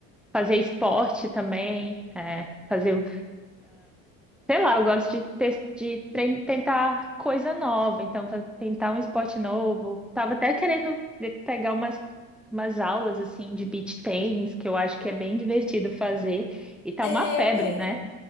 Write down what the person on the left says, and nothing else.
É,
eu vejo.